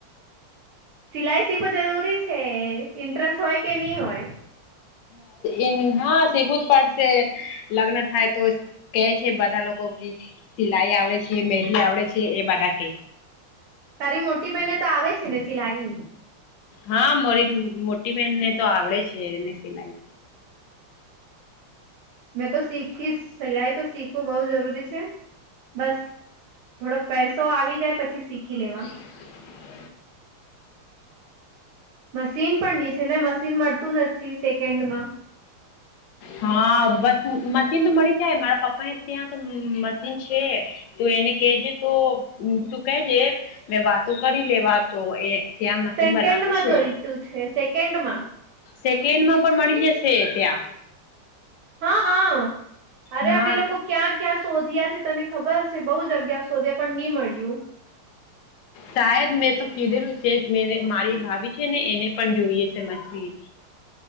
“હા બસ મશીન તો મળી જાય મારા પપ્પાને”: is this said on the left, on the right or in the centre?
Left